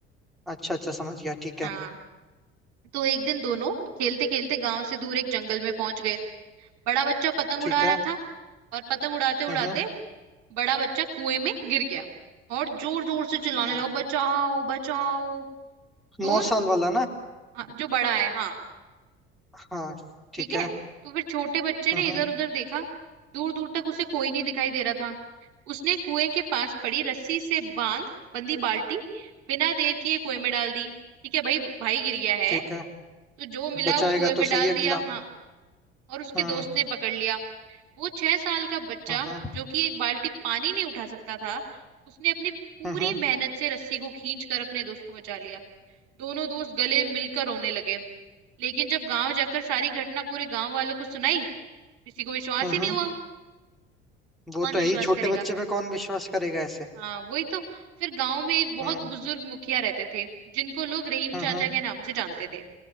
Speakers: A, in the centre; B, on the right.
A: अच्छा अच्छा समझ गया ठीक
B: हाँ
A: है
B: तो एक दिन दोनों खेलते खेलते गांव से दूर एक जंगल में पहुंच गए बड़ा बच्चा पतंग
A: ठीक
B: उड़ा रहा
A: है
B: था और पतंग उड़ाते उड़ाते
A: हम्म
B: बड़ा बच्चा कुएं में गिर गया और जोर जोर से चिल्लाने
A: ओ,
B: लगा बचाओ बचाओ तो
A: नौ साल वाला ना
B: हाँ, जो बड़ा है हाँ
A: हाँ ठीक
B: ठीक है
A: है
B: तो फिर छोटे बच्चे
A: हम्म
B: ने इधर उधर देखा दूर दूर तक उसे कोई नहीं दिखाई दे रहा था उसने कुएं के पास पड़ी रस्सी से बांध बंदी बाल्टी बिना देर किए कुएं में डाल दी ठीक है भाई भाई गिर गया है
A: ठीक है
B: तो जो मिला
A: बचाएगा
B: वो कुएं में
A: तो
B: डाल
A: सही अगला
B: दिया हाँ और उसके
A: हम्म
B: दोस्त ने पकड़ लिया वो छह साल का बच्चा
A: हम्म
B: जो कि एक बाल्टी पानी नहीं उठा सकता था उसने अपनी पूरी
A: हम्म
B: मेहनत से रस्सी को खींच कर अपने दोस्त को बचा लिया दोनों दोस्त गले मिलकर रोने लगे लेकिन जब गांव जाकर सारी घटना पूरे गांव वालों को सुनाई किसी को विश्वास
A: हम्म
B: ही नहीं हुआ
A: वो
B: कौन
A: तो
B: विश्वास
A: है ही छोटे
B: करेगा
A: बच्चे पे कौन विश्वास करेगा ऐसे
B: हाँ वही तो फिर गांव में एक बहुत
A: हम्म
B: बुजुर्ग मुखिया रहते थे जिनको लोग रहीम
A: हम्म
B: चाचा के नाम से जानते थे